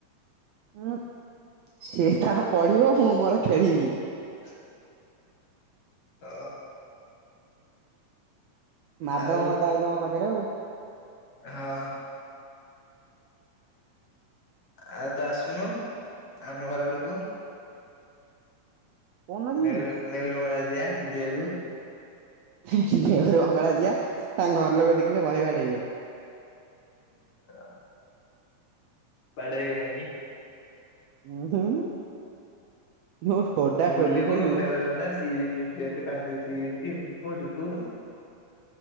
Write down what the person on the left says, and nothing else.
<inaudible> ଅ
ଆଉ
ହଁ ଆ ତୁ ଆସୁନୁ ଆମ ଘର ଆଡକୁ?
ନେହେରୁ ନେହେରୁ ବଙ୍ଗଳା ଯିବା ବୁଲିବାକୁ।
<inaudible> ବାଡ଼େଇବେ ଇ
ଅ ବୁଲିବୁ
ନେହେରୁ ଅନା ସି ବିଚ୍ <unintelligible> ଅଛି ପାରାଦ୍ଵୀପ ସି ବିଚ୍ ଯିବୁ